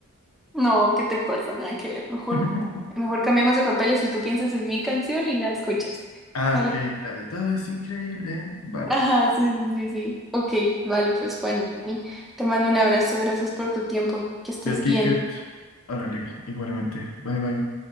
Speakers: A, in the centre; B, on the left (about 85°).
A: No, ¿qué te pasa? Nada que ver. Mejor,
B: <laughs>
A: mejor cambiemos de papeles y tú piensas en mi canción y la escuchas.
B: Ah,
A: Vale.
B: ok, la de todo es increíble. Vale.
A: Ajá, sí, sí, sí, sí. Ok, vale, pues Juan, te mando un abrazo. Gracias por tu tiempo. Que estés
B: Yo a ticket.
A: bien.
B: Órale, igualmente. Bye bye.